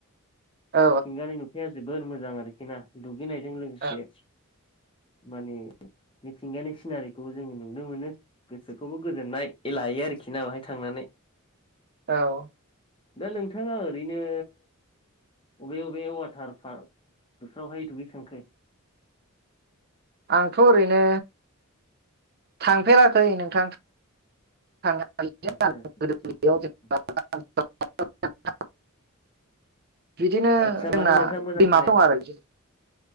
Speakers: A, on the right; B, on the left.
A: औ
B: मिथिंगानि नु जोबोर मोजां आरोखि ना दुगैनायजों लोगोसे
A: औ <inaudible>
B: माने मिथिंगायानि सिनारिखौ जोङो नुनो मोनो गोसोखौबो गोजोननाय लायो आरो खि ना बाहाय थांनानै
A: <inaudible> औ
B: दा नोंथाङा ओरैनो अबे बबे वाटार पार्क बेफोरावहाय दुगै खांखो
A: आंथ' ओरैनो थांफेराखै नोंथां <unintelligible> <unintelligible>
B: आदसा आदसा आदसा
A: बिदिनो
B: आदसा
A: जोंना
B: माथो नोंथां मोजां
A: दैमा
B: खोनायाखै
A: दं आरो बिदि